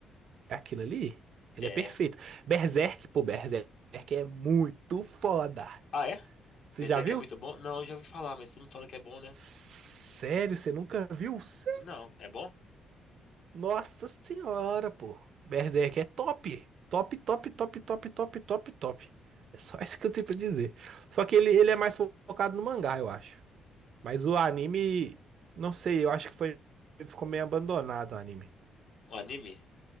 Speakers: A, on the right (about 65°); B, on the left (about 65°).
A: É Aquilo ali, ele
B: é.
A: é perfeito. Berserk, pô, Berserk é muito foda.
B: Ah, é?
A: Você
B: Berserk
A: já viu?
B: é muito bom? Não, eu já ouvi falar, mas todo mundo fala que é bom, né?
A: Sério, você nunca viu? Sé-
B: Não, é bom?
A: Nossa senhora, pô. Berserk é top. Top, top, top, top, top, top, top. É só <laughs> isso que eu tenho pra dizer. Só que ele, ele é mais focado no mangá, eu acho. Mas o
B: O
A: anime, não sei, eu acho que foi, ficou meio abandonado o anime.
B: anime?